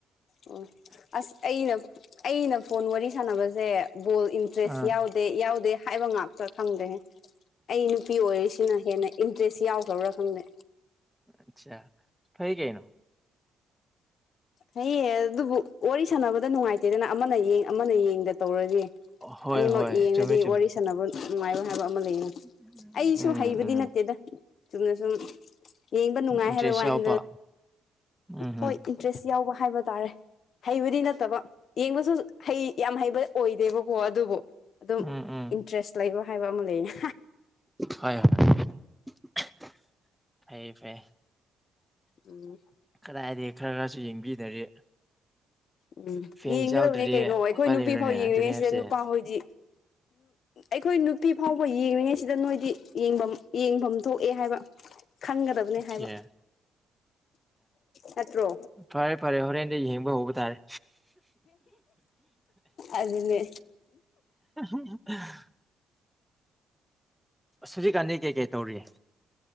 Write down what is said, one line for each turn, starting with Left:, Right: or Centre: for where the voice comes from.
Left: ꯎꯝ ꯑꯁ ꯑꯩꯅ ꯑꯩꯅ ꯐꯣꯟ ꯋꯥꯔꯤ ꯁꯥꯟꯅꯕꯁꯦ ꯕꯣꯜ ꯏꯟꯇꯔꯦꯁ
Centre: ꯑꯥ
Left: ꯌꯥꯎꯗ ꯌꯥꯎꯗꯦ ꯍꯥꯏꯕ ꯉꯥꯛꯇ ꯈꯪꯗ꯭ꯔꯦ ꯑꯩ ꯅꯨꯄꯤ ꯑꯣꯏꯔꯤꯁꯤꯅ ꯍꯦꯟꯅ ꯏꯟꯇꯔꯦꯁ ꯌꯥꯎꯗꯧꯔ ꯈꯪꯗꯦ
Centre: ꯑꯆꯥ ꯐꯩ ꯀꯩꯩꯅꯣ
Left: ꯍꯌꯦ ꯑꯗꯨꯕꯨ ꯋꯥꯔꯤ ꯁꯥꯟꯅꯕꯗ ꯅꯨꯡꯉꯥꯏꯇꯦꯗꯅ ꯑꯃꯅ ꯑꯃꯅ ꯌꯦꯡꯗ ꯇꯧꯔꯗꯤ
Centre: ꯍꯣꯏ
Left: ꯑꯅꯤꯃꯛ
Centre: ꯍꯣꯏ
Left: ꯌꯦꯡꯉꯗꯤ
Centre: ꯆꯨꯝꯃꯦ ꯆꯨꯝꯃꯦ
Left: ꯋꯥꯔꯤ ꯁꯥꯟꯅꯕ ꯅꯨꯡꯉꯥꯏꯕ ꯍꯥꯏꯕ ꯑꯃ ꯂꯩꯅꯤ
Centre: <unintelligible>
Left: ꯑꯩꯁꯨ
Centre: ꯎꯝ
Left: ꯍꯩꯕꯗꯤ
Centre: ꯎꯝ
Left: ꯅꯠꯇꯦꯗ ꯆꯨꯝꯅ ꯁꯨꯝ ꯌꯦꯡꯕ ꯅꯨꯡꯉꯥꯏ
Centre: ꯏꯟꯇꯔꯦꯁ
Left: ꯍꯥꯏꯕ ꯋꯥꯅꯤ
Centre: ꯌꯥꯎꯕ ꯎꯝ
Left: ꯍꯣꯏ
Centre: ꯎꯝ
Left: ꯗ꯭ꯔꯦꯁ ꯌꯥꯎꯕ ꯍꯥꯏꯕ ꯇꯥꯔꯦ ꯍꯩꯕꯗꯤ ꯅꯠꯇꯕ ꯌꯦꯡꯕꯁꯨ ꯍꯩ ꯌꯥꯝ ꯍꯩꯕ ꯑꯣꯏꯗꯦꯕꯀꯣ ꯑꯗꯨꯕꯨ ꯑꯗꯨꯝ
Centre: ꯎꯝ ꯎꯝ
Left: ꯏꯟꯇꯔꯦꯁ ꯂꯩꯕ ꯍꯥꯏꯕ ꯑꯃ ꯂꯩꯅ
Centre: <unintelligible>
Left: ꯎꯝ
Centre: ꯀꯗꯥꯏꯗꯒꯤ ꯈꯔ ꯈꯔꯁꯨ ꯌꯦꯡꯕꯤꯗꯔꯤ
Left: ꯎꯝ
Centre: ꯐꯦꯟꯁ
Left: ꯌꯦꯡꯒꯗꯕꯅꯦ
Centre: ꯌꯥꯎꯗ꯭ꯔꯗꯤ
Left: ꯀꯩꯅꯣꯕ ꯑꯩꯈꯣꯏ
Centre: ꯎꯄꯥꯏ
Left: ꯅꯨꯄꯤ
Centre: ꯂꯩꯔꯣꯏꯅꯦ
Left: ꯐꯥꯎ ꯌꯦꯡꯂꯤꯉꯩꯁꯤꯗ
Centre: ꯑꯗꯨꯅꯦ ꯍꯥꯏꯕꯁꯦ
Left: ꯅꯨꯄꯥ ꯍꯣꯏꯗꯤ ꯑꯩꯈꯣꯏ ꯅꯨꯄꯤ ꯍꯧꯕ ꯌꯦꯡꯅꯤꯡꯉꯩꯁꯤꯗ ꯅꯣꯏꯗꯤ ꯌꯦꯡꯐꯝ ꯌꯦꯡꯐꯝ ꯊꯣꯛꯑꯦ ꯍꯥꯏꯕ ꯈꯪꯒꯗꯕꯅꯤ
Centre: ꯑꯆꯥ
Left: ꯍꯥꯏꯕ ꯅꯠꯇ꯭ꯔꯣ
Centre: ꯐꯔꯦ ꯐꯔꯦ ꯍꯣꯔꯦꯟꯗ ꯌꯦꯡꯕ ꯍꯧꯕ ꯇꯥꯔꯦ
Left: ꯑꯗꯨꯅꯦ
Centre: <unintelligible> ꯁꯨꯖꯤꯀꯥꯟꯗꯤ ꯀꯩ ꯀꯩ ꯇꯧꯔꯤ